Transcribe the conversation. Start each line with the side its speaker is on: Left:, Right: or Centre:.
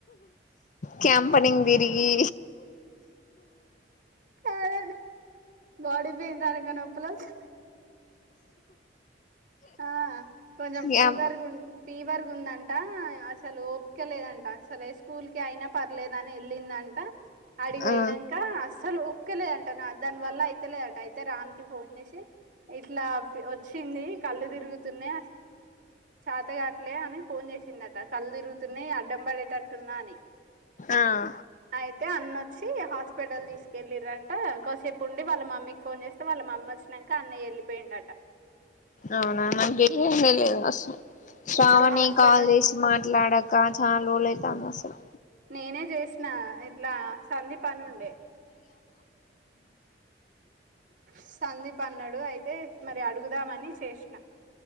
Left: క్యాంపెనింగ్ తిరిగి
Right: కార బడి పైన్ నొప్పులు అచ్ ఆ కొంచం ఫీవర్గు
Left: క్యాంప్
Right: ఫీవర్ ఉందంట అసలు ఒప్పుకోలేదంట అసలే స్కూల్ కి అయినా పర్లేద అని వెళ్ళిందంట అడివియినాక
Left: ఆ
Right: అసలు ఒప్పుకలేదంటను దాని వల్ల అయితేలే అంట అయితే రామ్ కి ఫోన్ చేసి ఇట్లా ఓ కళ్ళు తిరుగుతున్నా అసతలే అని ఫోన్ చే దట కళ్ళు తిరుగుతున్నా అడ్డం పడేటట్టున్నా అని
Left: ఆ
Right: అయితే అన్న వచ్చి హాస్పిటల్ తీసుకెళ్ళలి్రంట కాసేపు ఉండి వాళ్ళ మమ్మీకి ఫోన్ చేస్తే వాళ్ళ మమ్మీ వచ్చినాక అన్నయ వెళ్ళిపోయిండ ఉందట
Left: అవునా నలిశం శ్రావణి
Right: ఇప్పుడు హాస్పిటల్
Left: కాల్ చేసి మాట్లాడాక చాలా ఓలైతాంది అసలు
Right: నేనే చేసిన ఇట్లా సందీప్ అని ఉండే సందీప్ అన్నాడు అయితే మరి అడుగుదామని చేసినా